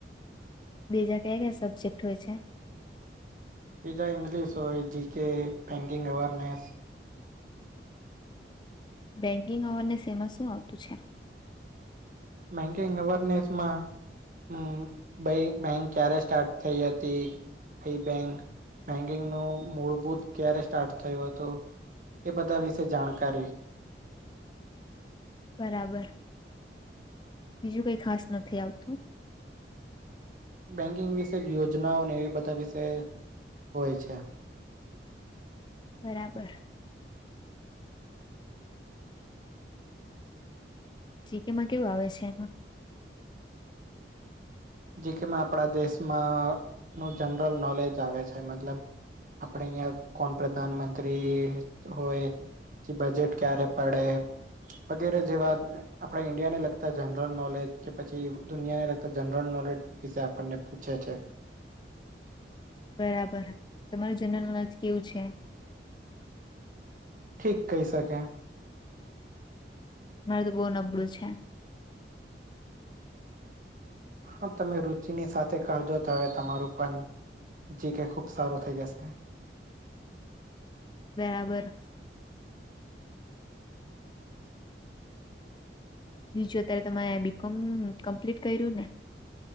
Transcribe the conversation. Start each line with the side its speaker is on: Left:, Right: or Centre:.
Left: બીજા કયા કયા સબ્જેક્ટ હોય છે?
Right: બીજા ઇંગ્લિશ હોય, GK, banking awareness.
Left: Banking awareness. એમાં શું આવતું છે?
Right: બેંકિંગ અવેરનેસમાં હમ્મ. બઈ-બેંક ક્યારે સ્ટાર્ટ થઈ હતી. કંઈ બેંક, બેન્કિંગનું મૂળભૂત ક્યારે સ્ટાર્ટ થયું હતું? એ બધા વિશે જાણકારી,
Left: બરાબર. બીજું કઈ ખાસ નથી આવતું?
Right: બેન્કિંગ વિશે યોજનાઓ એ બધા વિષ હોય છે.
Left: બરાબર. જી કેમાં કેવું આવે છે એમાં?
Right: જીકેમા આપડા દેશમાં નું જનરલ નોલેજ આવે છે મતલબ. આપડ અહિયાં કોણ પ્રધાનમંત્રી હોય? છી બજેટ ક્યારે પડે? વગેરે જેવા આપડા ઈન્ડિયા ને લગતા જનરલ નોલેજ કે પછી દુનિયાને લગતા જનર- જનરલ નોલેજ વિશે આપણને પૂછે છે.
Left: બરાબર તમારું જનરલ નોલેજ કેવું છે?
Right: ઠીક કહી શકે.
Left: મારે તો બહુ નબળું છે.
Right: હા તમે રુચિની સાથે કરજો તો હવે તમારું પણ- જી કે ખૂબ સારું થઈ જશે.
Left: બરાબર બીજું અત્યારે તમે બીકોમ કમ્પ્લીટ કર્યું ને?